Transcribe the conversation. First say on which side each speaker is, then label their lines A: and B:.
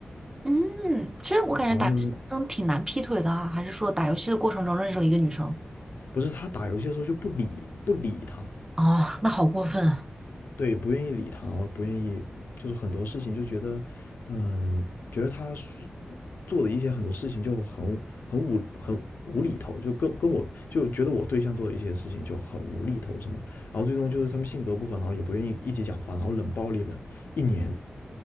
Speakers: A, on the right (about 15°); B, on the left (about 75°).
A: 嗯，其实我感觉打游戏中挺难劈腿的啊，
B: 然后呢，
A: 还是说打游戏的过程中认识了一个女生？
B: 不是他打游戏的时候就不理不理他，
A: 哦，那好过分啊！
B: 对，不愿意理他，然后不愿意，就是很多事情就觉得，嗯，觉得他是做的一些很多事情就很很无很无厘头，就跟跟我就觉得我对象做的一些事情就很无厘头什么，然后最终就是他们性格不合，然后也不愿意一起讲话，然后冷暴力的一年，